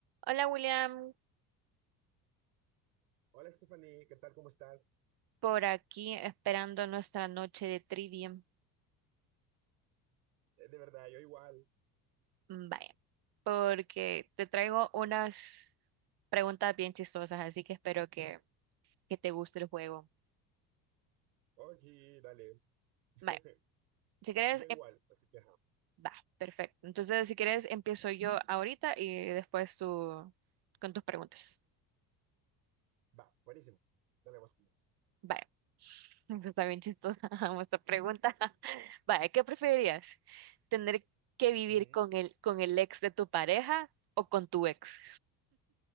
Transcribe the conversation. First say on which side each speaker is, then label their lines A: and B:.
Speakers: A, on the right; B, on the right.
A: Hola William,
B: Hola Stephanie, ¿qué tal? ¿Cómo estás?
A: por aquí esperando nuestra noche de trivia.
B: Eh, de verdad, yo igual.
A: Mm, Vaya, porque te traigo unas preguntas bien chistosas, así que espero que, que te guste el juego.
B: Oye, dale. <laughs>
A: Vaya, si quieres,
B: Yo igual,
A: em-
B: así que ajá.
A: va, perfecto. Entonces, si quieres, empiezo yo ahorita y después tú con tus preguntas.
B: Va, buenísimo. Dale, vos primero.
A: Vaya, <laughs> esta está bien chistosa <laughs> esta pregunta. <laughs> Vaya, ¿qué preferirías? ¿Tener que vivir
B: Ujú.
A: con el, con el ex de tu pareja o con tu ex?